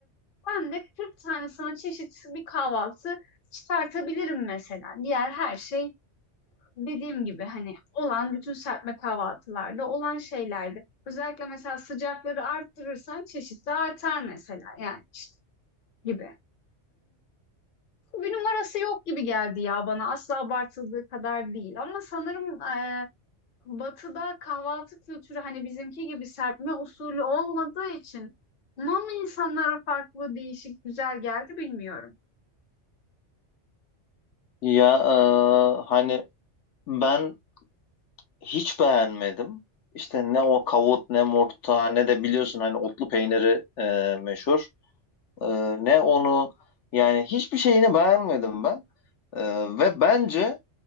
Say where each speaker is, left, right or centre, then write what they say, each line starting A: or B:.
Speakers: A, on the left; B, on the left.
A: ben de 40 tane sana çeşit bir kahvaltı çıkartabilirim mesela. Diğer her şey dediğim gibi hani olan bütün serpme kahvaltılarda olan şeylerdi. Özellikle mesela sıcakları arttırırsan çeşit de artar mesela yani işte gibi bir numarası yok gibi geldi ya bana. Asla abartıldığı kadar değil. Ama sanırım e, Batı'da kahvaltı kültürü hani bizimki gibi serpme usulü olmadığı için buna mı insanlara farklı, değişik, güzel geldi bilmiyorum.
B: Ya e, hani ben hiç beğenmedim. İşte ne o kavut ne murta ne de biliyorsun hani otlu peyniri e, meşhur. E, ne onu yani hiçbir şeyini beğenmedim ben. E, ve bence